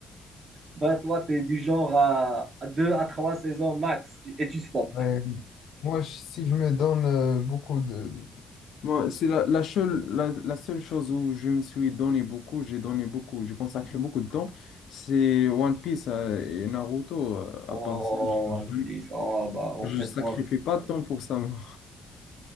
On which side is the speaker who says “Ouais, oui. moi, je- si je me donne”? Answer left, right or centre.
Left